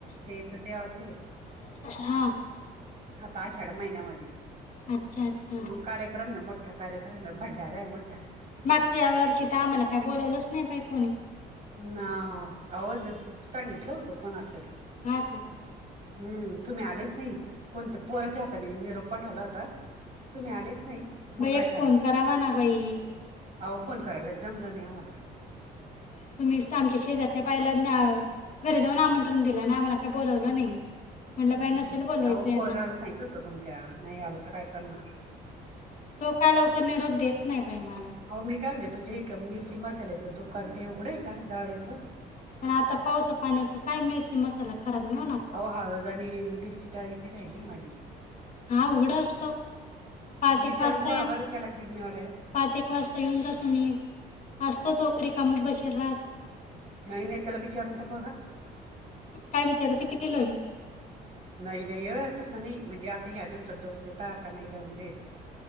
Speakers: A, on the right; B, on the left.
A: तेच देवाच आहे
B: हा
A: आता षड महिन्यामध्ये
B: अच्छा अच्छा
A: मग कार्यक्रमट ठ कार्यक्रम भंडारा आहे मो
B: मागच्या या वर्षी तर आम्हाला काही बोलावलंच नाही बा कोणी
A: ना आहद सांगितलं होतं कोणाला तरी
B: हा का
A: हम् तुम्ही आलेच नाही कोणत पोराच्या आातनी निरोप पाठवला होता तुम्ही आलेच नाही मग
B: बाई
A: काय
B: एक
A: कराव
B: फोन करावा ना बाई
A: अो फोन करायला जमलं नाही आम्हाला
B: तुम्ही आमच्या शेजारच्या पायला घरी जाऊन आमंत्रण दिला आणि आम्हाला काही बोलावलं नाही म्हटलं
A: हम्
B: बाई नसेल बोलवायचं
A: अह
B: यांना
A: परला सांगितलं होतं तुमच्या नाही आलं तर काय करणार
B: तो का लवकर निरोप देत नाही बाई मला
A: हो मी काय म्हते तुमच्या इथं मिरची मसाल्याचं दुकान ते उघडं आहे का दळाईचं
B: तर आता पावसा पाण्याचा काय मिरची मसाला खराब नाही म्हणार
A: अहो हळद आणि मिरची दळायची राहिली माझी.
B: हा उघडं असत. पाच
A: विचारून
B: एक वाजता
A: पहा
B: या
A: बरं त्याला गिरणीवाल्याला
B: पाच एक वाजता येऊन जा तुम्ही, असतो तो रिकामच बशेल राहतो.
A: नाही नाही त्याला विचारून त बघ
B: काय विचारू किती किलोये.
A: नाही नाही तसं नाही म्हणजे आता ह्या दिवसात दळून देत का नाही दळून देत.